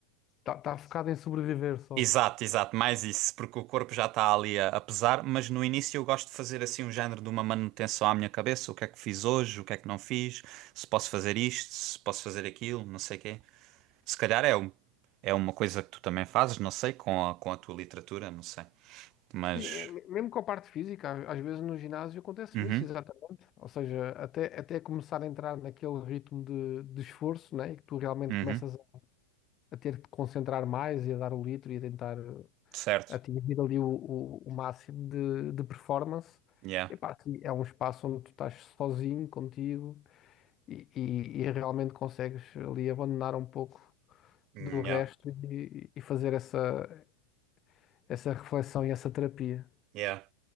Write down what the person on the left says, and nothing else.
Está focado em sobreviver só.
Sim, é, me- mesmo com a parte física, a- às vezes no ginásio acontece
isso, exatamente. Ou seja, até, até começar a entrar naquele ritmo de, de esforço, né? E que tu realmente
começas a a ter que te concentrar mais e a dar o litro e a tentar eh,
atingir ali o, o, o máximo de, de performance.
Epá, sim, é um espaço onde tu estás sozinho, contigo, e, e, e realmente consegues ali abandonar um pouco
do resto
e, e fazer essa, essa reflexão e essa terapia.